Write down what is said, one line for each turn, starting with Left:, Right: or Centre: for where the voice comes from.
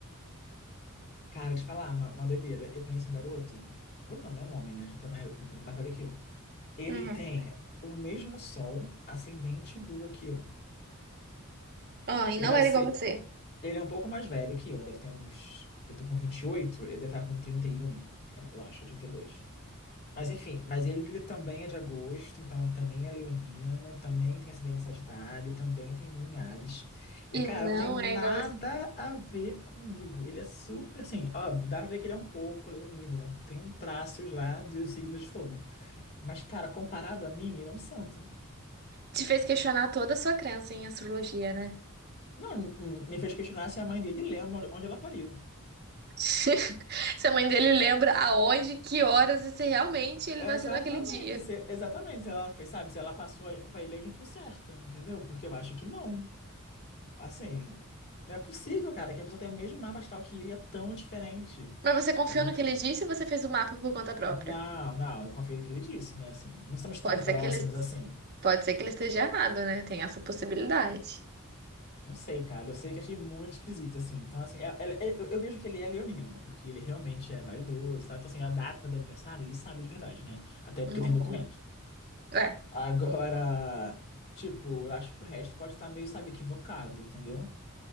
Left: Cara, de falar, uma, uma doideira. Eu conheço um garoto. Garoto não, né? É Um homem, né? Já tá mais, mais velho que eu. Ele
Right: Uhum.
Left: tem o mesmo sol, ascendente e lua que eu.
Right: Ah, e
Left: Ele
Right: não
Left: vai
Right: era
Left: ser.
Right: igual você.
Left: Ele é um pouco mais velho que eu. Deve ter uns. Eu tô com 28, ele deve estar com 31, eu acho, 32. Mas enfim, mas ele, ele também é de agosto, então também é leonino, também tem acidente em Sagitário, também tem Lua em Ares. E,
Right: E
Left: cara,
Right: não
Left: não tem nada
Right: é igual você.
Left: a ver comigo. Ele é super, assim, óbvio, dá pra ver que ele é um pouco leonino, ele é um- tem um traços lá do signo de fogo. Mas, cara, comparado a mim, ele é um santo.
Right: Te fez questionar toda a sua crença em astrologia, né?
Left: Não, m- m- me fez questionar se a mãe dele lembra onde onde ela pariu.
Right: <laughs> Se a mãe dele lembra aonde, que horas e se realmente ele
Left: Exatamente,
Right: nasceu naquele dia.
Left: se- exatamente. Se ela fez, sabe, se ela passou a- pra ele a info certa, entendeu? Porque eu acho que não. Assim, não é possível, cara, que a pessoa tenha o mesmo mapa astral que eu e é tão diferente.
Right: Mas você confiou
Left: É muito.
Right: no que ele disse ou você fez o mapa por conta própria?
Left: Não, não, eu confio no que ele disse, né? Assim, não somos
Right: Pode
Left: tão próximos
Right: ser que ele,
Left: assim.
Right: pode ser que ele esteja errado, né? Tem essa possibilidade.
Left: Não sei, cara, eu sei que achei muito esquisito, assim. Então, assim, é- é- é- eu eu vejo que ele é leonino, porque ele realmente é vaidoso, tá? Então, assim, a data do aniversário ele sabe de verdade, né? Até porque
Right: Uhum.
Left: tem documento.
Right: É.
Left: Agora, tipo, eu acho que o resto pode estar meio, sabe, equivocado, entendeu?